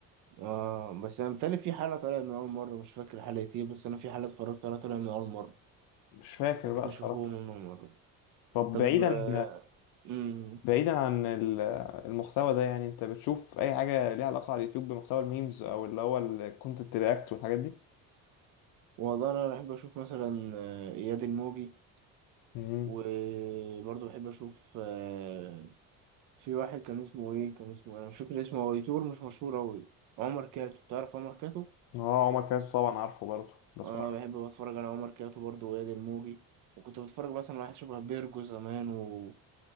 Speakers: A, on the right; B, on the left.
A: آه بس أنا متهيألي في حلقة طالعة من أول مرة مش فاكر حلقة إيه بس أنا في حلقة اتفرجت عليها طالعة من أول مرة
B: مش فاكر
A: بكتشفوه
B: بقى الصراحة
A: من أول مرة
B: طب
A: طب
B: بعيدا
A: آه، مم.
B: بعيدا عن ال- المحتوى ده يعني أنت بتشوف أي حاجة ليها علاقة على اليوتيوب بمحتوى الميمز أو اللي هو الكونتنت رياكت والحاجات دي؟
A: والله انا بحب اشوف مثلا آه، اياد الموجي
B: امم
A: وبرضه بحب اشوف آه، في واحد كان اسمه ايه كان اسمه انا مش فاكر اسمه هو يوتيوبر مش مشهور اوي عمر كاتو تعرف عمر كاتو
B: اه عمر كاتب طبعا عارفه برضه بتفرج
A: انا
B: عليه
A: بحب اتفرج على عمر كاتو برضه واياد الموجي وكنت بتفرج مثلا على واحد شبه بيرجو زمان و